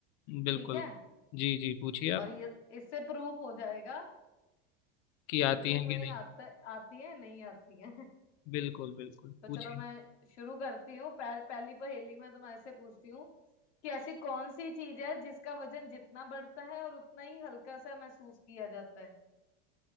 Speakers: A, on the left (about 60°); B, on the left (about 90°).
A: बिल्कुल
B: ठीक है
A: जी जी पूछिए
B: और
A: आप
B: ये इससे प्रूफ हो जाएगा
A: कि आती
B: कि तुम्हें
A: हैं कि नहीं
B: आता आती है नहीं आती है <laughs>
A: बिल्कुल बिल्कुल
B: तो
A: पूछिए
B: चलो मैं शुरू करती हूँ पह, पहली पहेली मैं तुम्हारे से पूछती हूँ कि ऐसी कौन सी चीज है जिसका वजन जितना बढ़ता है और उतना ही हल्का सा महसूस किया जाता है